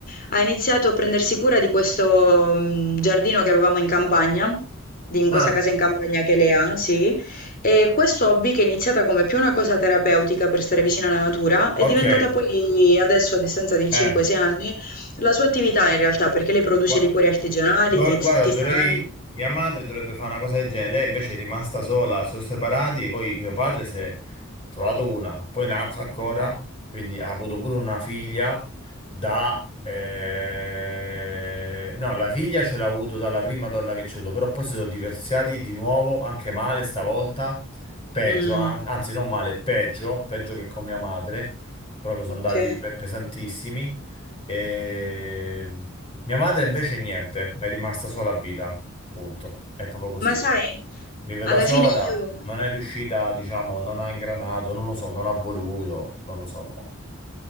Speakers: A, on the left; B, on the left.
A: Ha iniziato a prendersi cura di questo, mm, giardino che avevamo in campagna, di, in
B: Ah,
A: questa casa in campagna che lei ha, sì. E questo hobby, che è iniziata come più una cosa terapeutica per stare vicina alla natura, è
B: ok.
A: diventata poi adesso, a distanza di
B: Eh,
A: 5-6 anni, la sua attività in realtà, perché lei produce
B: gua-
A: liquori artigianali,
B: do-
A: tiz-
B: guarda,
A: tisane.
B: dovrei... Mia madre dovrebbe fare una cosa del genere, lei invece è rimasta sola, si sono separati, poi mio padre si è trovato una, poi un'altra ancora, quindi ha avuto pure una figlia da... eh, No, la figlia ce l'ha avuto dalla prima donna che c'è avuto, però poi si sono divorziati di nuovo, anche male stavolta, peggio,
A: Mm,
B: an- anzi non male, peggio, peggio che con mia madre, proprio sono
A: ok.
B: andati pe- pesantissimi. E... Mia madre invece niente, è rimasta sola a vita, punto. È proprio così.
A: Ma sai,
B: Vive
A: alla
B: da sola,
A: fine io...
B: non è riuscita, diciamo, non ha ingranato, non lo so, non ha voluto, non lo so. mo.